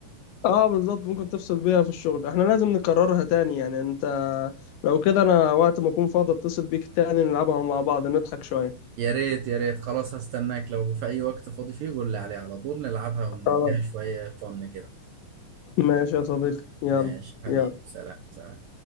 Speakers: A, on the left; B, on the right.
A: اه بالظبط ممكن تفصل بيها في الشغل احنا لازم نكررها تاني يعني انت لو كده انا وقت ما اكون فاضي اتصل بيك تاني نلعبها مع بعض نضحك شويه
B: يا ريت يا ريت خلاص هستناك لو في اي وقت فاضي فيه قول لي عليه على طول نلعبها ونديها
A: خلاص
B: شوية فن كده
A: ماشي يا صديقي يلا
B: ماشي حبيبي
A: يلا
B: سلام سلام